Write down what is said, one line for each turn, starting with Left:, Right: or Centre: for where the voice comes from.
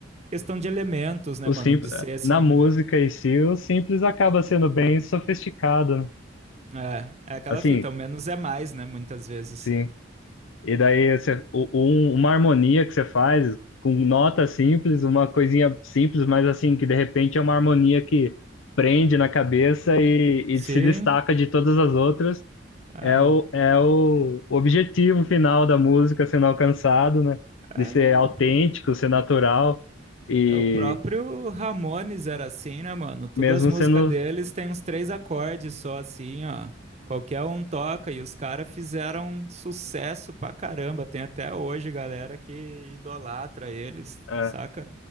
Right: questão de elementos, né,
Left: o
Right: mano?
Left: simples,
Right: De ser assim.
Left: na música em si, o simples acaba sendo bem sofisticado, né?
Right: É, é aquela
Left: Assim,
Right: fita, o menos é mais, né? Muitas vezes.
Left: sim. E daí você, o- um- uma harmonia que você faz com nota simples, uma coisinha simples, mas assim, que de repente é uma harmonia que prende na cabeça e,
Right: Sim,
Left: e se destaca de todas as outras,
Right: é,
Left: é o, é o objetivo final da música sendo alcançado, né?
Right: é
Left: De ser
Right: não.
Left: autêntico,
Right: pô.
Left: ser natural e
Right: É, O próprio Ramones era assim, né, mano? Todas
Left: mesmo
Right: as músicas
Left: sendo.
Right: deles têm uns três acordes só, assim, ó. Qualquer um toca e os caras fizeram um sucesso pra caramba. Tem até hoje galera que idolatra eles,
Left: é,
Right: saca?